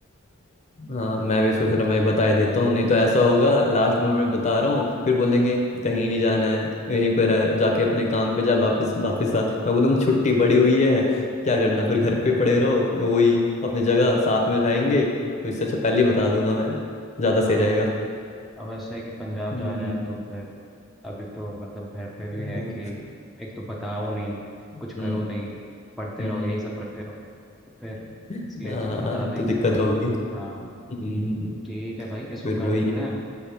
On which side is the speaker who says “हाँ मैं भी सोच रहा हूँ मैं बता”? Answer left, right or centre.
Left